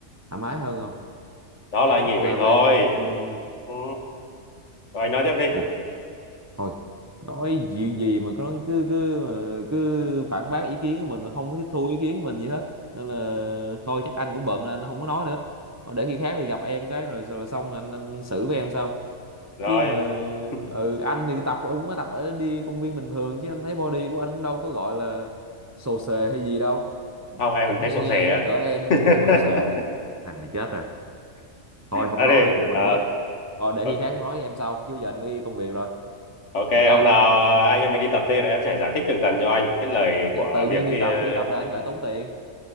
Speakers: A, on the right; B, on the left.
A: thoải mái hơn không
B: đó là anh
A: hoặc
B: nghĩ vậy
A: là
B: thôi
A: về ừm,
B: ừ. rồi anh nói tiếp đi
A: ui thôi nói gì gì mà cứ nói cứ cứ mà cứ phản bác ý kiến của mình mà không có tiếp thu ý kiến của mình gì hết nên là thôi chắc anh cũng bận nên anh không có nói nữa Thôi để khi khác thì gặp em cái rồi rồi xong anh, anh xử với em sau
B: rồi
A: chứ mà
B: <laughs>
A: ừ anh thì tập ông có tập ở đi công viên bình thường chứ anh thấy body của anh cũng đâu có gọi là xồ xề hay gì đâu
B: không em
A: cũng
B: em thấy
A: ngang
B: sổ
A: ngang
B: sẻ á
A: cỡ em á
B: <laughs>
A: ủa xồ xề thằng này chết rồi thôi không
B: à
A: nói
B: đi
A: nữa bực mình
B: ờ,
A: quá thôi để
B: o-
A: khi khác nói với em sau chứ giờ anh đi công việc rồi
B: ok
A: vậy ha
B: hôm nào ờ, anh em mình đi tập đi rồi em sẽ giải thích tường tận cho anh cái lời của
A: tự
B: việc
A: nhiên đi
B: đi
A: tập
B: ờ,
A: đi tập là
B: đấy.
A: anh lại tốn tiền